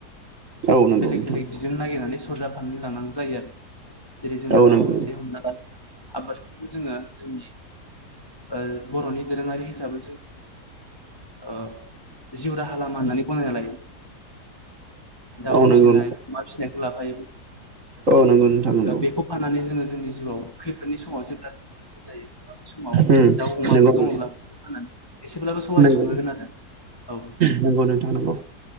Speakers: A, on the right; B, on the left.
A: औ नंगौ
B: बेलेग
A: नोंथां
B: बेलेग बिजों नागिरनानै सरजाबफानो लानांगौ जायो आरो। जेरै जोंना
A: औ
B: माबा
A: नंगौ
B: मोनसे हमना लादों आबादखौनो जोङो जोंनि ओ बर'नि दोरोङारि हिसाबै जों ओ जिउ राहा लामा होननानै गनायना लायो। दाउ
A: औ नंगौ
B: फिसिनाय
A: नोंथां
B: अमा फिसिनायखौ लाफायोमोन।
A: औ नंगौ नोंथां नंगौ
B: ओ बेखौ फाननानै जोङो जोंनि जिउआव खैफोदनि समाव जेब्ला जायो बे समाव
A: उम
B: दाउ अमाफोर
A: नंगौ
B: दङब्ला
A: नोंथां
B: बेखौ फाननानै एसेब्लाबो
A: नंगौ
B: सहाय संहोगोन आरो औ।
A: नंगौ नोंथां नंगौ